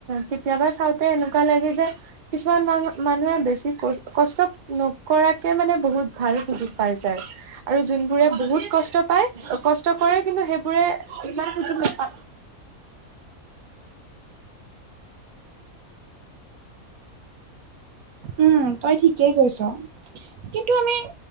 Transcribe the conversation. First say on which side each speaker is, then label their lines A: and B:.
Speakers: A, on the right (about 45°); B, on the right (about 75°).
A: কেতিয়াবা চাওঁতে এনেকোৱা লাগে যে কিছুমান মানু মানুহে বেছি কষ্ট নকৰাকে মানে বহুত ভাল সুজোগ পাইছো আৰু যোনবোৰে বহুত কষ্ট পায় কষ্ট কৰে কিন্তু সেইবোৰে ইমান সুযোগ নাপা
B: উম তই ঠিকেই কৈছ কিন্তু আমি